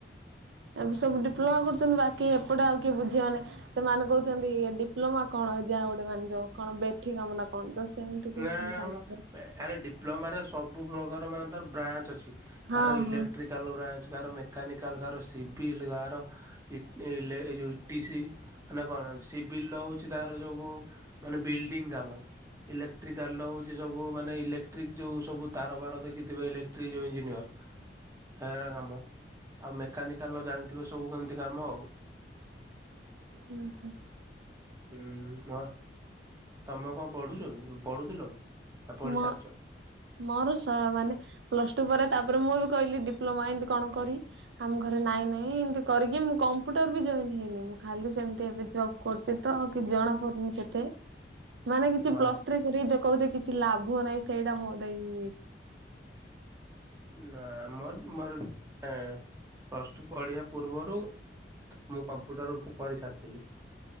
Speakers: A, on the right; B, on the right.
A: ଏବେ ସବୁ ଡିପ୍ଲୋମା କରୁଛନ୍ତି ବାକି ଏପଟେ ଆଉ କିଏ ବୁଝି ମାନେ ସେମାନେ କହୁଛନ୍ତି ଏ ଡିପ୍ଲୋମା କଣ ଯାହା ଗୋଟେ ମାନେ ଯଉ କଣ ବେ ଏଠି କାମ ନା କଣ ଯ ସେମିତି କହୁଛନ୍ତି
B: ନା
A: ତାଙ୍କ
B: ମ ଆରେ ଡିପ୍ଲୋମାରେ ସବୁ ପ୍ର୍ରକାର ମାନେ ତାର ବ୍ରାଞ୍ଚ ଅଛି
A: ହଁ
B: କାହାର ଇଲେକ୍ଟ୍ରିକ
A: ହଁ
B: ଟାଲ ବ୍ରାଞ୍ଚ କାର ମେକାନିକାଲ କାର ସିିବିଲ୍ କାର ଇଟେ ଇଲେ ଏ ଯୋଉ ଇଟିସିି ମାନେ କଣ ସିବିଲ ହଉଛି ତାର ଯୋଗୁ ମାନେ ବିଲଡିଙ୍ଗ କାମ। ଇଲେକ୍ଟ୍ରିକାଲ ହଉଛି ସବୁ ମାନେ ଇଲେକ୍ଟ୍ରିକ ଯୋଉ ସବୁ ତାରବାଡ ଦେଖିଥିବେ ଇଲେଟ୍ରି ଯଉ ଇ୍ଜିନିୟର। ସେଗରା କାମ ଆଉ ମେକାନିକାଲ ଜାଣିଥିବେ ସବୁ କେମିତି କାମ ଆଉ।
A: ହୁଁ ହୁଁ।
B: ଉୁଁ ହଁ ତମେ କଣ ପଢୁଛ କି ପଢୁଥିଲ କି? ନା ପଢି
A: ମ।
B: ସାରିଛ?
A: ମୋର ସ ମାନେ ପ୍ଲସ ଟୁ ପରେ ତାପରେ ମୁଁ ବି କହିଲି ଡିପ୍ଲୋମା ଏମତି କଣ କରି ଆମ ଘରେ ନାଇଁ ନାଇଁ ଏମତି କରିକି ମୁଁ କମ୍ପୁଟର ବି ଜଏନ ହେଇନି ମୁଁ ଖାଲି ସେମିତି ଏବେ ଜବ କରୁଛି। ତ ଆଉ କିଛି ଜଣାପଡ଼ୁନି ସେତେ।
B: <inaudible>
A: ମାନେ କିଛି
B: ନା
A: ପ୍ଲସ୍ ଥ୍ରୀ କରି ଯେ କହୁଚି କିଛି ଲାଭ ନାହିଁ ସେଇଟା ମୋ ଦେଇ ହେଇଛି।
B: ନା ମ ମୋର ପ୍ଲସ୍ ଟୁ ପଢିବା ପୂର୍ବରୁ ମୁଁ କମ୍ପ୍ୟୁଟର କରିସାରିଥିଲି।